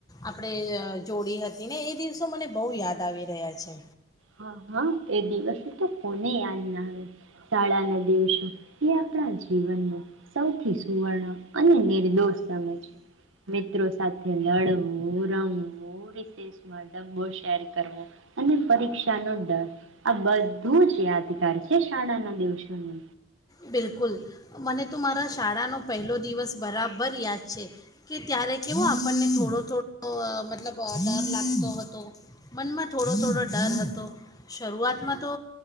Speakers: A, on the left; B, on the right.
A: આપણે જોડી હત તી ને એ દિવસો મને બહુ યાદ આવી રહ્યા છે.
B: હા, હા એ દિવસો તો કોને યાદ ના આવે શાળાના દિવસો એ આપણા જીવન ન સૌથી સુવર્ણ અને નિર્દોષ સમય છે. મિત્રો સાથે લડવું, રમવું વો રીસેસ મા ડબો શેર કરવો અને પરીક્ષા નો ડર આ બધું જ યાદગાર છે શાળાના દિવસો નુ.
A: બિલકુલ, મને તો મારા શાળાનો પહેલો દિવસ બરાબર યાદ છે કે ત્યારે કેવો આપણને થોડો થોડો મતલબ ડર લાગતો હતો મનમાં થોડો થોડો ડર હતો શરૂઆતમાં તો